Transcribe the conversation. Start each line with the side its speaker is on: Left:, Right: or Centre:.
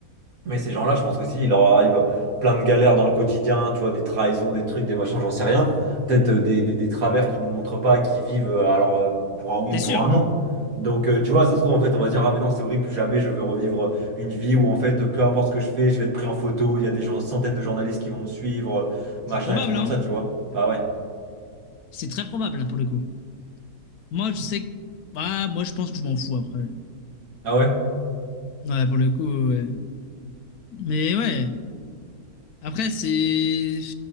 Right: mais ces gens-là, je pense que si, il leur arrive plein de galères dans le quotidien, tu vois, des trahisons, des trucs, des machins, j'en sais rien. Peut-être euh, des, des, des travers qu'ils ne nous montrent pas, qui vivent, euh, alors, euh, pour un oui
Left: C'est
Right: ou pour
Left: sûr,
Right: un non. Donc, euh, tu vois, ça se trouve, en fait, on va dire, ah, mais non, c'est horrible, plus jamais je veux revivre euh, une vie où, en fait, peu importe ce que je fais, je vais être pris en photo, il y a des gens, centaines de journalistes qui vont me suivre, euh, machin,
Left: c'est probable,
Right: des trucs comme
Left: hein.
Right: ça, tu vois. Bah ouais.
Left: C'est très probable, hein, pour le coup. Moi, je sais que. Ah, moi, je pense que je m'en fous après.
Right: Ah ouais?
Left: Ouais, pour le coup, ouais. Mais ouais. Après, c'est.